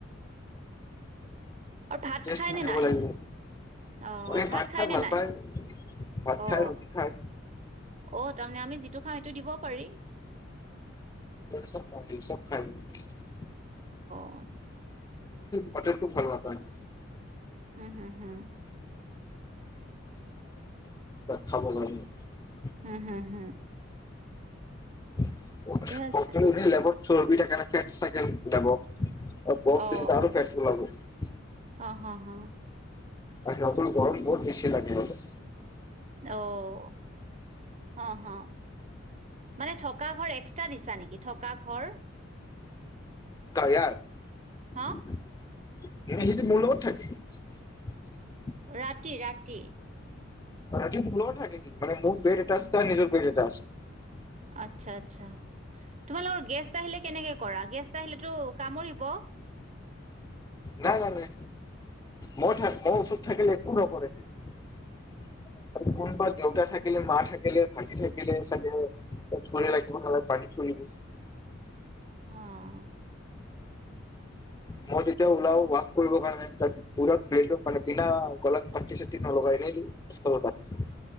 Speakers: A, on the right; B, on the left.
A: ভাত
B: টেষ্ট
A: খাই
B: মিলাব
A: নে নাই
B: লাগিব
A: অ
B: এই
A: ভাত খাই নে
B: ভাল
A: নাই
B: পায় ভাত খাই
A: অ
B: ৰুটি খাই
A: অ তাৰমানে আমি টো খাম সটো দিব পাৰি <unintelligible>
B: চব প সব খায় <unintelligible>
A: <inaudible>
B: মঠত খুব ভাল বথা ন <unintelligible>
A: উম হম হম
B: খাব নোৱাৰি <unintelligible>
A: উম হম হম
B: <inaudible>
A: আছে।
B: চ ফে চাইকেল দ <unintelligible> ব
A: অ',
B: আৰু কেচ লাগ <unintelligible>
A: হ, হ, হ,
B: নতুন গৰম বহুত বেছি লাগেইঁহতক
A: অও অ হ মানে থকা ঘৰ এক্সট্ৰা দিছা নেকি থকা ঘৰ
B: কয়াৰ
A: হা
B: সেইটো মোৰ লগত থাকে <unintelligible>
A: ৰাতি ৰাতি
B: মি মূল থাকে কি মান মোৰ পেট এটা আছে ত নিজৰ পেট এটা আছে <unintelligible>
A: আচ্ছা আচ্ছা তোমালোকৰ গেছ আহিলে কেনেকে কৰা গেষ্ট আহিলেতো কামুৰিব <unintelligible>
B: নাই নাই নাই মই মই ঔষধ থাকিলে একো ন কৰে <unintelligible> কোনোবা দেউতা
A: অ',
B: থাকিলে মা থাকি থে ভাগি থাকিলে চাগে ধ লাগিব পানী থৈ দিব <unintelligible>
A: অ',
B: মই যেতিয়া ওলাও ৱাক কৰিবৰ কাৰণে ত প মানে বিনা গলাত ফাটি চাটি নলগাই এনেই <unintelligible>